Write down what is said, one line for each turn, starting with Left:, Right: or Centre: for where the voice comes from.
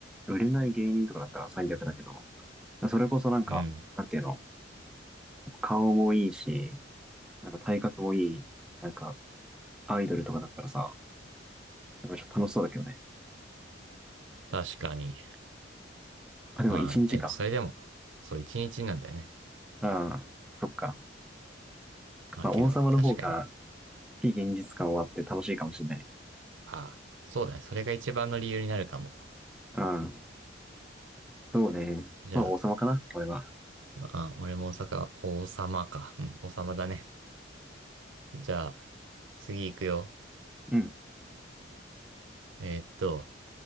Centre: 売れない芸人とかだったら最悪だけど、それこそなんか、
Right: うん。
Centre: なんていうの、顔もいいし、なんか体格もいい、なんか、アイドルとかだったらさ、なんかちょっと楽しそうだけどね。
Right: 確かに。
Centre: あ、でも一日か。
Right: まあ、けど、それでも、そう、一日なんだよね。
Centre: うん、そっか。
Right: まあ、
Centre: まあ王様の方が、
Right: けど、確かに。
Centre: 非現実感はあって楽しいかもしれない。
Right: ああ、そうだね。それが一番の理由になるかも。
Centre: うん、そうね。
Right: じゃ
Centre: まあ王様かな、俺は。
Right: あ、あ、俺も大阪、王様か。うん、王様だね。じゃあ、次行くよ。
Centre: うん。
Right: えーっと、